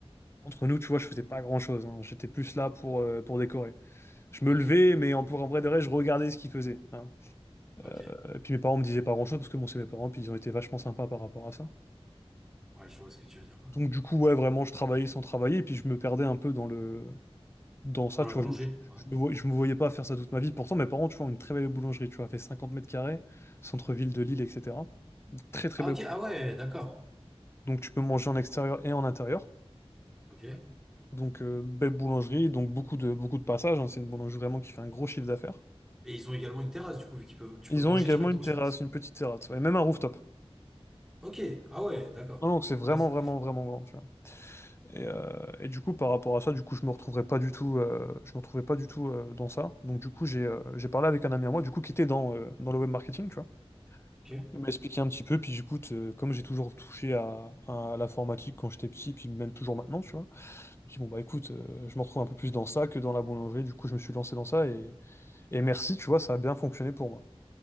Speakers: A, on the left (about 25°); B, in the centre.
A: entre nous, tu vois, je faisais pas grand-chose, hein. J'étais plus là pour, euh, pour décorer. Je
B: Ok,
A: me levais, mais en, pour, en vrai de vrai, je regardais ce qu'ils faisaient. hein.
B: ok.
A: Euh, puis mes parents me disaient pas grand-chose, parce que bon, c'est mes parents, puis ils ont été vachement sympas par rapport à ça.
B: Ouais, je vois ce que tu veux dire.
A: Donc du coup, ouais, vraiment, je travaillais sans travailler, et puis je me perdais un peu dans le... Dans ça,
B: Dans la
A: tu vois,
B: boulangerie,
A: je,
B: ouais.
A: je, me voy- je me voyais pas faire ça toute ma vie. Pourtant, mes parents, tu vois, ont une très belle boulangerie, tu vois, fait 50 mètres carrés, centre-ville de Lille, etc. Très, très
B: Ah
A: belle.
B: ok, ah ouais, d'accord.
A: Donc, tu peux manger en extérieur et en intérieur.
B: Ok. Et
A: Donc, euh, belle boulangerie, donc beaucoup de, beaucoup de passages. hein. C'est une boulangerie vraiment qui fait un gros chiffre d'affaires.
B: ils ont également une terrasse, du coup, vu qu'ils peuvent, tu
A: Ils
B: peux manger
A: ont également
B: directement
A: une terrasse,
B: sur place.
A: une petite terrasse, ouais, et même un rooftop.
B: Ok, ah ouais, d'accord.
A: Non, donc c'est vraiment,
B: Ouais, c'est-
A: vraiment, vraiment grand, tu vois. Et, euh, et du coup, par rapport à ça, du coup, je me retrouverais pas du tout, euh, je me retrouvais pas du tout euh, dans ça. Donc, du coup, j'ai euh, j'ai parlé avec un ami à moi, du coup, qui était dans, euh, dans le web marketing, tu vois.
B: ok.
A: Il m'a expliqué un petit peu, puis j'écoute, euh, comme j'ai toujours touché à, à l'informatique quand j'étais petit, puis même toujours maintenant, tu vois, je me dis, bon, bah écoute, euh, je me retrouve un peu plus dans ça que dans la boulangerie, du coup, je me suis lancé dans ça, et, et merci, tu vois, ça a bien fonctionné pour moi.